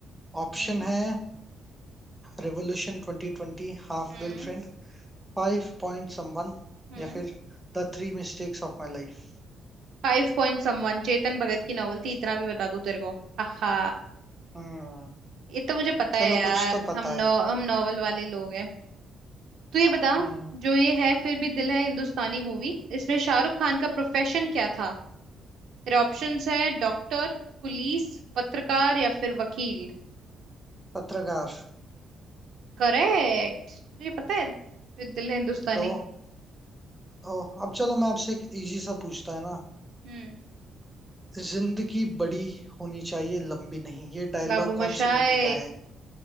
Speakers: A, in the centre; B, on the right.
A: ऑप्शन
B: हम्म
A: है revolution 2020 half
B: हम्म
A: girlfriend five point someone
B: हम्म
A: या फिर the three mistakes of my life
B: Five point someone Chetan Bhagat की नॉवल थी इतना भी बता दूं तेरे को आहा
A: हम्म
B: ये तो मुझे पता
A: चलो
B: है यार
A: कुछ तो पता
B: हम नौ,
A: है
B: हम नॉवल वाले लोग हैं तू ये बता
A: हम्म
B: जो ये है फिर भी दिल है हिंदुस्तानी मूवी इसमें शाहरुख खान का प्रोफेशन क्या था तेरे ऑप्शंस है डॉक्टर पुलिस पत्रकार या फिर वकील
A: पत्रकार
B: करेक्ट तुझे पता है फिर दिल हिंदुस्तानी
A: तो तो अब चलो मैं आपसे एक इजी सा पूछता है ना
B: हम्म
A: जिंदगी बड़ी होनी चाहिए लंबी नहीं ये डायलॉग
B: बाबू मोशाय
A: कौन सी मूवी का है